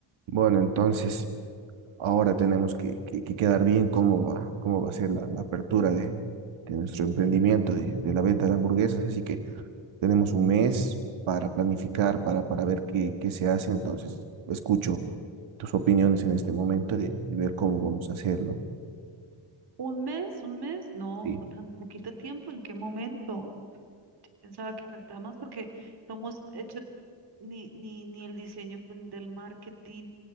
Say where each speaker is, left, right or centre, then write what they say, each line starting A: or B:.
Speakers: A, on the right; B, on the right.
A: Bueno, entonces ahora tenemos que, que- que quedar bien cómo va, cómo va a ser la, la apertura de, de nuestro emprendimiento de, de la venta de hamburguesas. Así que tenemos un mes para planificar, para, para ver qué, qué se hace. Entonces, escucho tus opiniones en este momento de, de ver cómo vamos a hacer, ¿no?
B: Un mes, un mes, no,
A: Sí,
B: no tan poquito tiempo, ¿en qué momento? Pensaba que faltaba más porque no hemos hecho ni, ni, ni el diseño pues, del marketing,